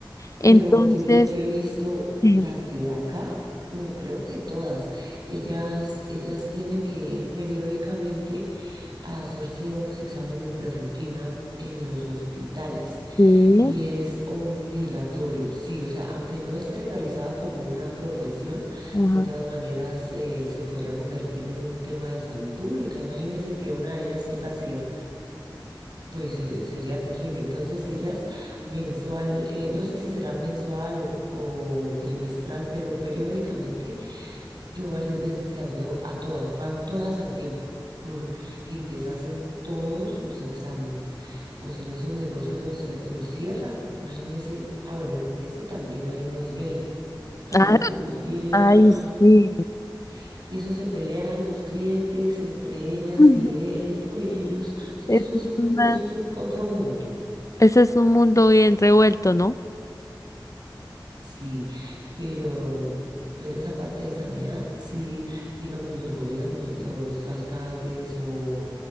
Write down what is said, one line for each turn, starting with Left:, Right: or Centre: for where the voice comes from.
Left: Entonces,
Right: Pero Juliet, yo he visto
Left: sí.
Right: las de acá, no creo que todas. Ellas, ellas tienen que ir periódicamente a hacerse unos exámenes de rutina en los hospitales
Left: Sí,
Right: y es obligatorio, sí, o sea, aunque no esté legalizado como una profesión,
Left: ajá.
Right: de todas maneras eh, se podría convertir en un tema de salud pública. Imagínense que una de ellas tenga SIDA. Pues eh, sería terrible. Entonces ellas mensual, eh, no sé si será mensual o, o trimestral, pero periódicamente yo varias veces las veo a todas, van todas al tiempo pur, y les hacen todos sus exámenes. O si no, esos negocios los, ce- los cierran. Imagínese, ah, bueno, en este también hay unos gay. Ay,
Left: Ah,
Right: usted los viera.
Left: ay, sí.
Right: uy. Y eso se pelean los clientes entre ellas
Left: <laughs>
Right: y ell- o ellos. Esto
Left: Eso
Right: es
Left: es
Right: un,
Left: una,
Right: eso es un otro mundo,
Left: Ese es un mundo bien revuelto, ¿no?
Right: sí, pero, pero esa parte de sanidad, sí, digamos, los gobiernos, los alcaldes o